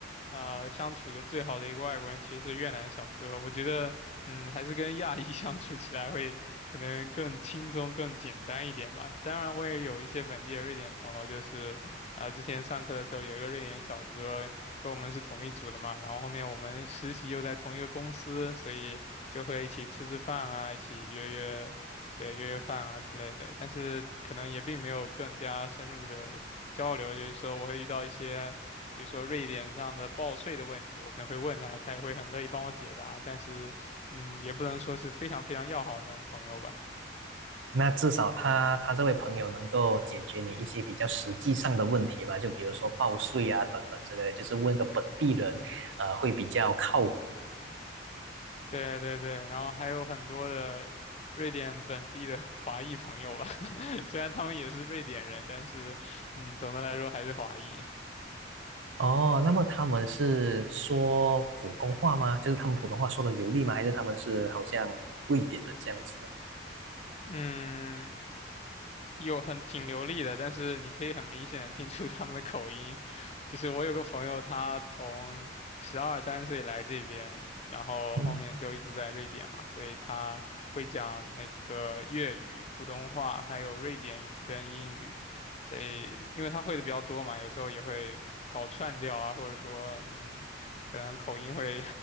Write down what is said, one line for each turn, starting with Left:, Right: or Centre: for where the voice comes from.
Left: 呃，相处的最好的一个外国人其实是越南小哥，我觉得，嗯，还是跟亚裔 <laughs> 相处起来会可能更轻松、更简单一点吧。当然，我也有一些本地的瑞典朋友，就是，呃，之前上课的时候有一个瑞典小哥跟我们是同一组的嘛，然后后面我们实习又在同一个公司，所以就会一起吃吃饭啊，一起约约。对，约约饭啊之类的，但是可能也并没有更加深入的交流。就是说，我会遇到一些，比如说瑞典上的报税的问题，我可能会问他，他也会很乐意帮我解答。但是，嗯，也不能说是非常非常要好那种朋友吧。
Right: 那至少他他这位朋友能够解决你一些比较实际上的问题吧，就比如说报税啊等等之类的就是问个本地人，呃，会比较靠谱。
Left: 对对对，然后还有很多的瑞典本地的 <laughs> 华裔朋友吧，<laughs> 虽然他们也是瑞典人，但是，嗯，总的来说还是华裔。
Right: 哦，那么他们是说普通话吗？就是他们普通话说的流利吗？还是他们是好像瑞典人这样子的？
Left: 嗯，有很挺流利的，但是你可以很明显的听出他们的口音。就是我有个朋友，他从十二三岁来这边，然后后面就一直在瑞典嘛，
Right: 嗯。
Left: 所以他会讲那个粤语、普通话，还有瑞典语跟英语。所以因为他会的比较多嘛，有时候也会搞串调啊，或者说嗯，可能口音会